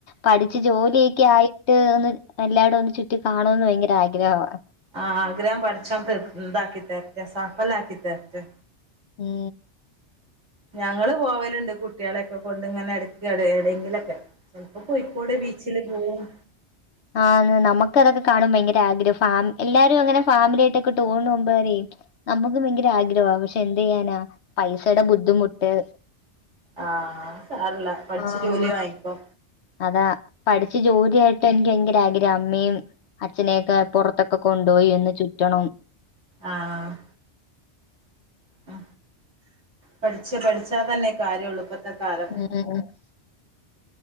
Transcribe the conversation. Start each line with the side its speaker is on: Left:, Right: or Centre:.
Left: പഠിച്ച് ജോലിയൊക്കെ ആയി ചന്ന് എല്ലായിടും ഒന്ന് ചുറ്റി കാണന്ന് ഭയങ്കര ആഗ്രഹമാണ്
Right: ആ ആഗ്രഹം പഠിച്ചൻ തർ ഇതാക്കി തരട്ടെ സാഫല ആക്കി തരട്ടെ
Left: ഉം
Right: ഞങ്ങള് പോവലുണ്ട് കുട്ടികളെൊക്കെ കൊണ്ട് ഇങ്ങനെ എടക്ക എടെയെങ്കിലൊക്കെ ചിലപ്പോ കോയിക്കോടെ ബീച്ചില് പോകും
Left: ആഹ നമുക്ക് അതൊക്കെ കാണുമ്പോ ഭയങ്കര ആഗ്രഹം ഫാമ എല്ലാരും അങ്ങനെ ഫാമിലിായിട്ടൊക്കെ ടോ പോുമ്പര നമുക്ക് ഭയങ്കര ആഗ്രഹവാ പക്ഷെ എന്ത് ചെയ്യാനാ പൈസയുടെ ബുദ്ധിമുട്ട്
Right: ആഹ് സാരല്ല പഠിച്ച്
Left: ആ
Right: ജോലി
Left: ആ
Right: വാങ്ങിക്കോ
Left: അതാ പഠിച്ച് ജോലിയായിട്ട് ഭയങ്കര ആഗ്രഹം അമ്മയും അച്ഛനെയൊക്കെ പുറത്തൊക്കെ കൊണ്ടുപോയി ഒന്ന് ചുറ്റണം
Right: ആ ആ ഉ പഠിച്ച പഠിച്ചാ തന്നെ കാര്യമള്ളൂ ഇപ്പഴത്തെ കാരം
Left: ഉം.